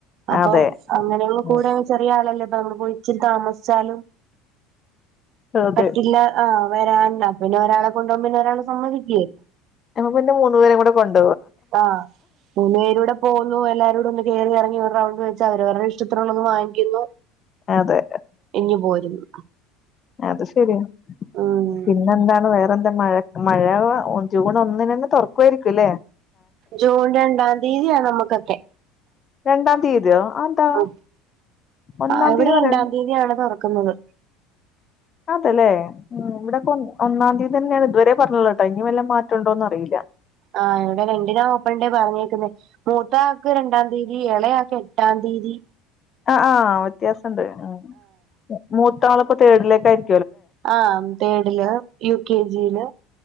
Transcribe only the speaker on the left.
അതെ
ഉം
അതെ
അപ്പ പിന്ന മൂന്നു പേര കൂടെ കൊണ്ട്
അതെ
അത് ശരിയാ
പിന്നെന്താണ് വേറെ മഴ മഴ ഒ ജൂൺ ഒന്നിന് തന്നെ തുറക്കുമായിരിക്കുംല്ലേ?
രണ്ടാം തീയതിയോ? അതെന്താ
ഒന്നാം
തീയതി പറയണ്
ല്ലേ ഉം ഇവിടെക്കൊന്ന് ഒന്നാം തീയതി തന്നെയാണ് ഇതുവരെ പറഞ്ഞുള്ളത് ട്ടോ ഇനി വെല്ല മാറ്റണ്ടോന്ന് അറിയില്ല.
ആ ആ വ്യത്യാസ <unintelligible> മു മൂ ത്താളിപ്പോ തേടിലേക്കായിരി